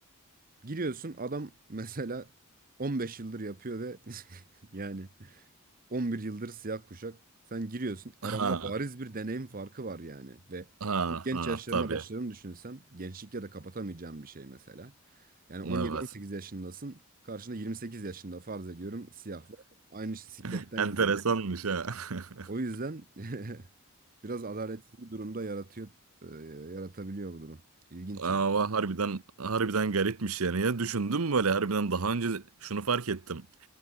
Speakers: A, on the right; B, on the right.
A: Giriyorsun adam <laughs> mesela 15 yıldır yapıyor ve <laughs> yani 11 yıldır siyah kuşak. Sen giriyorsun. Aranda
B: Ha.
A: bariz bir deneyim farkı var yani. Ve
B: Ha
A: çok genç
B: ha
A: yaşlarına
B: tabii.
A: başladığını düşünürsen gençlikle de kapatamayacağın bir şey mesela. Yani 17-18
B: Evet.
A: yaşındasın. Karşında 28 yaşında farz ediyorum siyah var. Aynı sikletten
B: <laughs> Enteresanmış
A: gidiyorsun.
B: ha. <laughs>
A: O yüzden <laughs> biraz adaletsiz bir durumda yaratıyor, e, yaratabiliyor bu durum. İlginç
B: Ama
A: yani.
B: harbiden harbiden garipmiş yani. Ya düşündüm böyle harbiden daha önce şunu fark ettim.